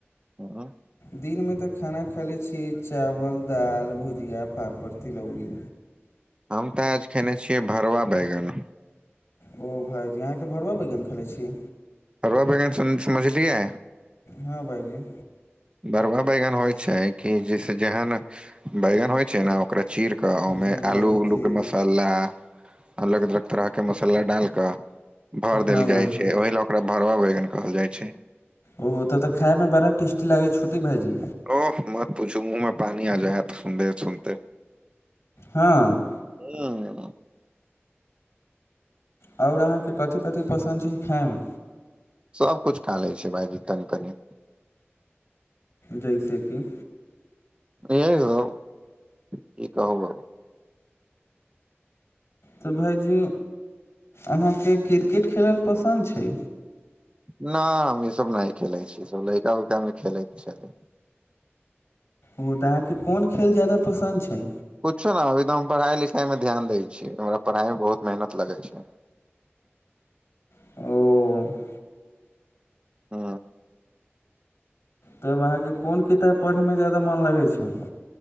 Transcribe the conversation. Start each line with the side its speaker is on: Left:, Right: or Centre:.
Right: हँ।
Left: दिनमे तऽ खाना खैले छियै चावल दालि भुजिया पापड़ तिलौरी
Right: हम तऽ आज खैने छियै भरुवा बैगन
Left: ओ भाइजी अहाँके भरुवा बैगन खेलै छी
Right: भरुआ बैगन स समझलियै
Left: हँ भाईजी
Right: भरुआ बैगन होइ छै कि जैसे जेहन बैगन होइ छै ने ओकरे चीर कऽ ओहिमे
Left: जी भाइजी
Right: आलू उलू
Left: जी
Right: के मसाला अलग अलग तरह के मसाला डाल कऽ भर
Left: हँ
Right: देल
Left: भाइजी
Right: जाइ छै ओहि लऽ ओकरा भरुवा बैगन कहल जाय छै
Left: ओ तऽ तऽ खाइमे बड़ा टेस्टी लागैत छ होतै भाईजी
Right: ओह मत पूछू मुंह में पानी आ जायत सुनते सुनते
Left: हँ
Right: ह
Left: और अहाँके कथि कथि पसन्द छै खायमे
Right: सब कुछु खालै छै भायजी तानी कनी
Left: जैस कि
Right: यौ कि कहूँ आब
Left: तऽ भाइजी अहाँके क्रिकेट खेलल पसन्द छै
Right: न हम ई सब नहि खेलै छी सब लैड़का उइका मे खेलेके छल
Left: ओ तऽ अहाँके कोन खेल जायादा पसन्द छै
Right: कुछो ने अभी तऽ हम पढ़ाई लिखाई मे ध्यान दै छीय हमरा पढ़ाई मे बहुत मेहनत लगै छै
Left: ओ
Right: हु
Left: तब अहाँके कोन किताब पढ़ैमे ज्यादा मोन लगै छै